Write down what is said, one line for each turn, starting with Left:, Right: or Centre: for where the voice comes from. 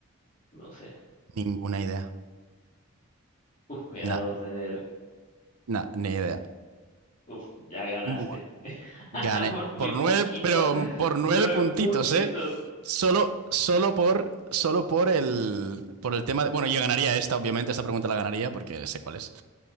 Left: No sé. <laughs>
Right: Ninguna idea.
Left: Uf, era
Right: Nah,
Left: 2 de enero.
Right: nah, ni idea.
Left: Uf, ya ganaste.
Right: Bu-
Left: <laughs>
Right: Gané
Left: Por muy
Right: por nueve,
Left: poquito.
Right: pero por
Left: Nueve
Right: nueve puntitos,
Left: puntitos.
Right: ¿eh? Solo, solo por, solo por el, por el tema de... Bueno, yo ganaría esta, obviamente, esta pregunta la ganaría porque sé cuál es.